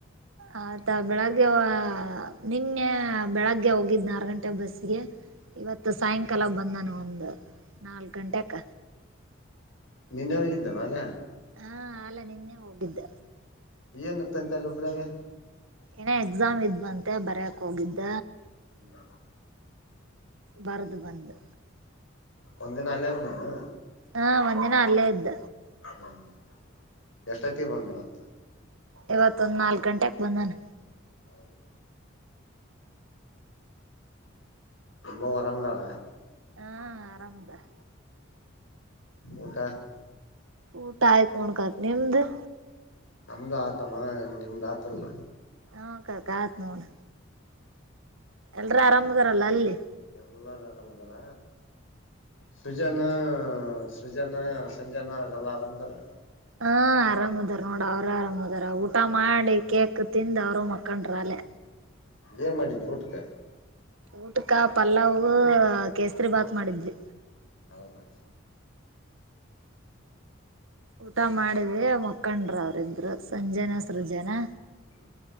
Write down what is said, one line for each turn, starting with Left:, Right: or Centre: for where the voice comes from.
Right: ಆಯ್ತಾ ಬೆಳಗ್ಗೆ ನಿನ್ನೆ ಬೆಳಗ್ಗೆ ಹೋಗಿದ್ನ ಆರ್ ಗಂಟೆ ಬಸ್ಗೆ. ಇವತ್ತು ಸಾಯಂಕಾಲ. ಕೆಲ ಬಂದಾನ ಒಂದ್ ನಾಲ್ಕ್ ಗಂಟೆಕ್ಕ.
Left: ನಿನ್ನೆ ಹೋಗಿದ್ದ್ನಾನ ಅಲ್ಲಾ.
Right: ಹಾ ಅಲ್ಲ ನಿನ್ನೆ ಹೋಗಿದ್ದ.
Left: ಏನುತ್ತ ಅಂತಲ್ಲಿ ಹುಬ್ಳಿಗೆ.
Right: ಏನ ಎಕ್ಸಾಮ್ ಇದ್ವಂತೆ ಬರಯಾಕ್ ಹೋಗಿದ್ದ.
Left: ಹ್ಮ್
Right: ಬರ್ದ ಬಂದು
Left: ಒಂದಿನ ಅಲ್ಲೇ ಇದ್ದೇನೆನಾ
Right: ಹಾ ಒಂದಿನ ಅಲ್ಲೇ ಇದ್ದ
Left: ಹ್ಮ್ ಎಷ್ಟೈತಿ ಬಂದಿಮತ್ತ
Right: ಇವತ್ತು ಒಂದ್ ನಾಲ್ಕ್ ಗಂಟೆಕ್ ಬಂದಾನ
Left: ಹೌದಾ ನಿಮ್ಮವ್ವ ಆರಾಮದಳ
Right: ಹಾ ಆರಾಮದಾಲ
Left: ಊಟಾ
Right: ಊಟ ಆಯ್ತು ನೋಡ್ ಕಾಕ್ ನಿಮ್ದ
Left: ನಮ್ದು ಆತಮ್ಮ ನಿಮ್ದ್ ಆತಲ್ಲ
Right: ಹಾ ಕಕಾ ಆತ್ ನೋಡ್ ಎಲ್ರ ಆರಾಮದಾರಲ್ಲ ಅಲ್ಲಿ
Left: ಎಲ್ಲಾರ ಆರಾಮ್ದಾರ ಸೃಜನ ಸೃಜನ ಸಂಜನಾ ಅಲ್ಲ ಆರಾಮದಾರ
Right: ಹ್ಮ ಆರಾಮ್ದಾರ ನೋಡ ಅವ್ರ ಆರಾಮ್ದಾರ ಊಟ ಮಾಡಿ ಕೇಕ್ ತಿಂದ ಅವರು ಮಕ್ಕಂಡ್ರ ಅಲ್ಲೆ
Left: ಇದೇ ಮಾಡಿದು ಉಟ್ಕೆ
Right: ಊಟಕಾ ಪಲ್ಲಾವ್ ಕೇಸ್ ರಿ ಬಾತ್ ಮಾಡಿದ್ವಿ
Left: ಹೌದಾ
Right: ಊಟ ಮಾಡ್ವಿ ಮಕ್ಕಂಡ್ರ ಅವರಿಬ್ರು ಸಂಜನಾ ಸೃಜನಾ
Left: ಹ್ಮ್